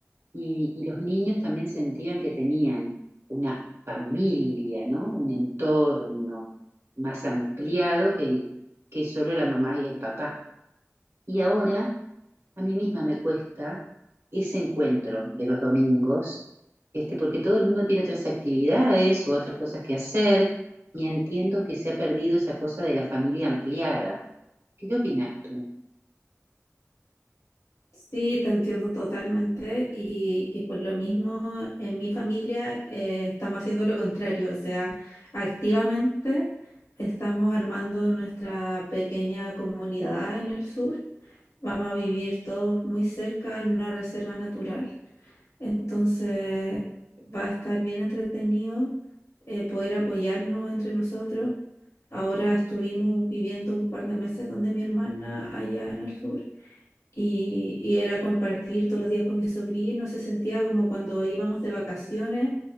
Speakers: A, on the right (about 55°); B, on the left (about 75°).
A: y, y los niños también sentían que tenían una familia, ¿no? Un entorno más ampliado que, el- que solo la mamá y el papá. Y ahora a mí misma me cuesta ese encuentro de los domingos, este, porque todo el mundo tiene otras actividades u otras cosas que hacer, y entiendo que se ha perdido esa cosa de la familia ampliada. ¿Qué opinas tú?
B: Sí, te entiendo totalmente y, y por lo mismo en mi familia eh, estamos haciendo lo contrario, o sea, activamente estamos armando nuestra pequeña comunidad en el sur, vamos a vivir todos muy cerca en una reserva natural, entonces va a estar bien entretenido eh, poder apoyarnos entre nosotros. Ahora estuvimos viviendo un par de meses donde mi hermana allá en el sur. Y, y era compartir todos los días con mis sobrinos, se sentía como cuando íbamos de vacaciones